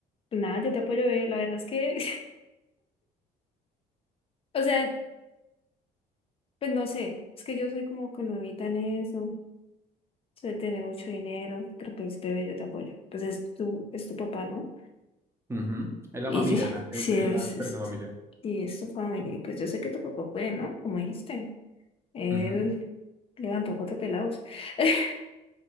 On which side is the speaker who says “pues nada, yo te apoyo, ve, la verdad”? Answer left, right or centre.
Left